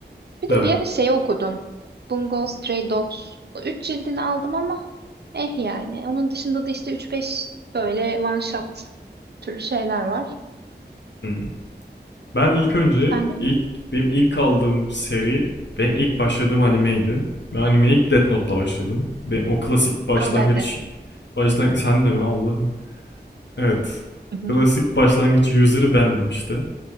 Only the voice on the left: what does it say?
Güzel.
Hmm. Ben ilk önce
ilk benim ilk aldığım seri benim ilk başladığım animeydi. Ben animeye ilk Death Note'la başladım. Ve o klasik başlangıç
başlangıç sen de mi Allah'ım? Evet.
Klasik başlangıç user'ı bendim işte.